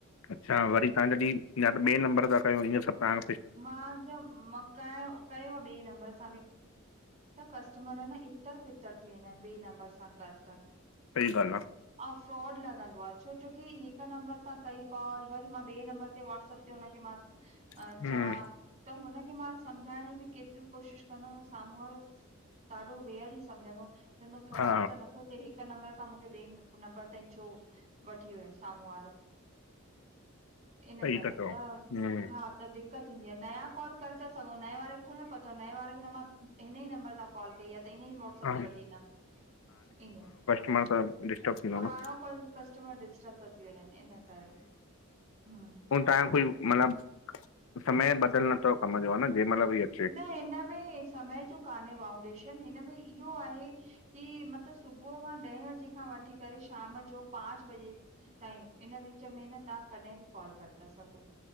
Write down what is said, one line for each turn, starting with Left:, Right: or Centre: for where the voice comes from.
Left: अच्छा वरी तां जॾि या त ॿे नंबर सां कयो इंञ सभ तां
Right: मां ज मां क-कयो आ ॿे नंबर सां बि त कस्टमर न इतर पितर थी वेंदा आहिनि ॿे नंबर सां कर त।
Left: सही ॻालह आ।
Right: अऊं फ्रॉड लॻंदो आ। छो छोकी हिक नंबर ता कई कॉल वरी मां ॿे नंबर ते वाट्स‌अप ते हुनखे मां अ,
Left: आहे
Right: चवां
Left: हम्म
Right: त हुनखे मां सम्झाइण जी बि केतरीयू कोशिश कंदम साम्हूं वारो ॾाढो रेयर ई सम्झंदो। चवंदो फ्रॉड
Left: हा
Right: त नथो थिए हिक नंबर खां मूंखे ॿे नंबर ताईं छो, वठी वयो साम्हूं वारो। इन
Left: सही
Right: करे।
Left: था चओ
Right: त
Left: हम्म
Right: हा त दि कत थींदी आ। नयां कॉल करे था सघूं नए वारे खे थोड़ी न पतो नए वारे खे त मां हिन ई नंबर सां कॉल कई आ त इन्हई व्हाट्सअप
Left: हा
Right: ते वठी ईंदम ईंयें।
Left: मां त, डिस्टर्ब थींदो
Right: पुराणों
Left: न
Right: कोई कस्टमर डिस्टर्ब तो थी वंञेंन इन्ह करे। हम्म
Left: ताहंजो कोई मतलबु, समय बधल नथव कम जो हन जेंहिमल बि अचु।
Right: न हिन में समय जो कान्हे बाउंडेशन हिन में इह्यो आहे की मत सुबुह खां ॾहें बजे खां वठी करे शाम जो पांच बजे ताईं, इन्ह विच में न तहां कॾहिं बि कॉल करे ता सघो।